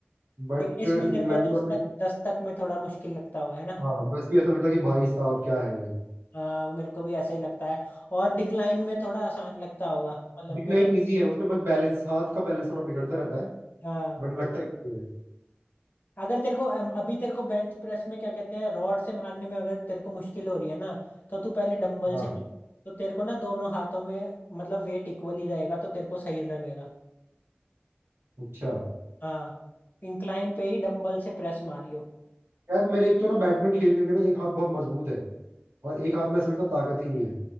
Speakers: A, on the right; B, on the left.
A: बट
B: लेकिन इसमें
A: इंक्लाइन
B: तेरे को दस
A: वाले
B: तक दस तक में थोड़ा मुश्किल लगता होगा है ना
A: हाँ बस भी ऐसा लगता है कि भाई साहब क्या है
B: हाँ वो मेरे को भी ऐसा ही लगता है और डिक्लाइन में थोड़ा आसान लगता होगा मतलब
A: डिक्लाइन
B: मेरे को
A: इजी है उसमें बस बैलेंस हाथ का बैलेंस थोड़ा बिगड़ता रहता है
B: हाँ
A: बट लगता है कि है
B: अगर तेरे को अम, अभी तेरे को बेंच प्रेस में क्या कहते हैं रॉड से मारने में अगर तेरे को मुश्किल हो रही है ना तो तू पहले डंबल
A: हाँ
B: से मार तो तेरे को ना दोनों हाथों में मतलब वेट इक्वल ही रहेगा तो तेरे को सही लगेगा
A: अच्छा
B: हाँ इंक्लाइन पे ही डंबल से प्रेस मारियो
A: यार मेरे एक तो ना बैडमिंटन खेल खेल के ना एक हाथ बहुत मजबूत है और एक हाथ में ऐसा लगता है ताकत ही नहीं है